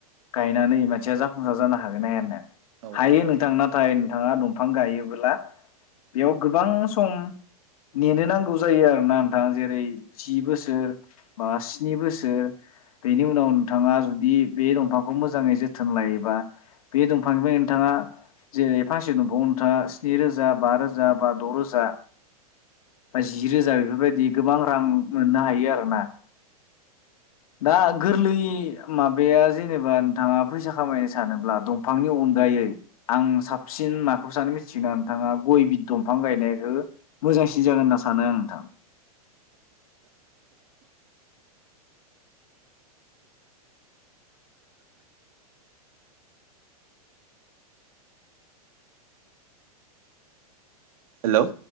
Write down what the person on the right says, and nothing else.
औ
औ
हेलौ